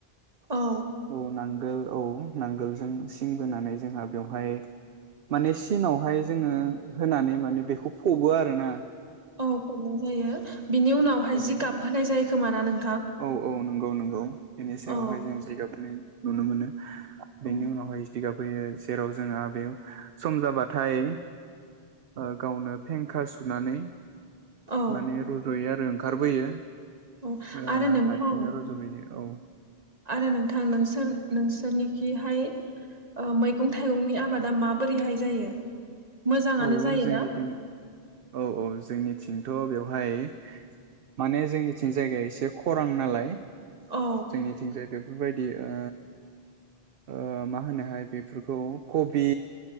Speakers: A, on the right (about 35°); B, on the right (about 60°).
A: औ
B: औ नांगोल औ नांगोलजों सिन बोनानै जोंहा बेवहाय माने सिनावहाय जोङो होनानै माने बेखौ फबो आरो ना।
A: औ फबनाय जायो बिनि उनावहाय
B: फबो
A: जि गाबहोनाय जायो खोमाना नों
B: औ औ नंगौ नंगौ बेनि सायावहाय
A: औ
B: जों जिगाबनि नुनो मोनो बेनि
A: औ
B: उनावहाय <inaudible> फैयो जेराव जोंहा बे सम जाबाथाय ओ गावनो फेंखा सुनानै
A: औ
B: माने रज'यो आरो ओंखारबोयो <inaudible>
A: औ
B: ओ
A: आरो नोंथां
B: हारसिंनो रज'बोयो औ
A: आरो नोंथां नोंसोर नोंसोरनि जिहाय औ मैगं थाइगंनि आबादा माबोरैहाय जायो? मोजाङानो
B: औ
A: जायोना
B: जोंनिथिं औ औ जोंनि थिंथ' बेवहाय माने जोंनिथिं जायगाया एसे खरां नालाय
A: औ
B: जोंनिथिंजाय बेफोरबायदि ओ ओ मा होनोहाय बेफोरखौ कबि,